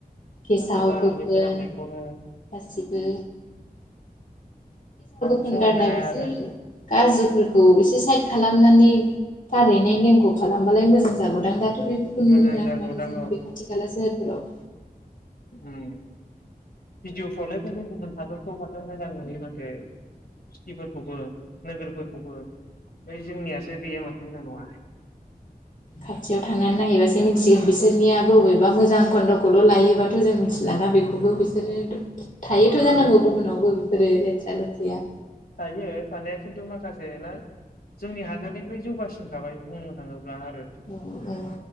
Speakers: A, on the left (about 55°); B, on the left (about 80°).
A: गेसाव
B: आतसा दा
A: गोफोन
B: बे मोनामनायखौनो
A: गासिबो <unintelligible> बिसोर
B: <unintelligible> हाया आरो
A: गाज्रिफोरखौ एसे साइद खालामनानै फानहैनाय नेमखौ खालामबालाय मोजां जागौदां दा जोंथ बेफोरखौ
B: मोजां
A: नुनो मोनाखै
B: जागौदां
A: माथो जोंनि बे खाथि खाला सोहोरफोराव।
B: उम भिडिअफ्रावलाय गुबुन गुबुन हादरफ्राव माथो मोजां नुयोमोन। सिटिफोरखौबो नोगोरफोरखौबो बै जोंनियासो गैया माथो। नंगौ ना नङा?
A: खाथियाव थांनानै नायैबासो मिथिगोन बिसोरनियाब बबेबा मोजां खन्दखौल लायोबाथ जों मिथि लाना बेखौबो बिसोरो थायोथ
B: नंगौ
A: जानांगौ गुबुनावबो बेफोरो लेथ्रा लेथ्रिया।
B: थायो थानाया खिन्थु माखासे ना जोंनि हादोरनिफ्राय जौगासिन थाबाय बुंनो थाङो ब्ला आरो
A: औ औ